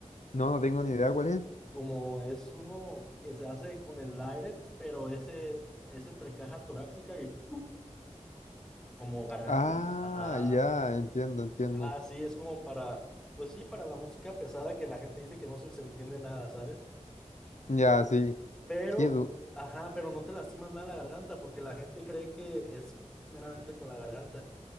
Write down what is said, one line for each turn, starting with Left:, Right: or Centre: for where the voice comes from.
Left: No, no tengo ni idea cuál es.
Centre: Como es uno que se hace con el aire, pero ese es entre caja torácica y como garganta.
Left: Ah,
Centre: Ajá.
Left: ya, entiendo, entiendo.
Centre: Ah, sí, es como para, pues sí, para la música pesada que la gente dice que no se les entiende nada, ¿sabes?
Left: Ya, sí.
Centre: Pero,
Left: Qué du-
Centre: ajá, pero no te lastimas nada la garganta porque la gente cree que es meramente con la garganta.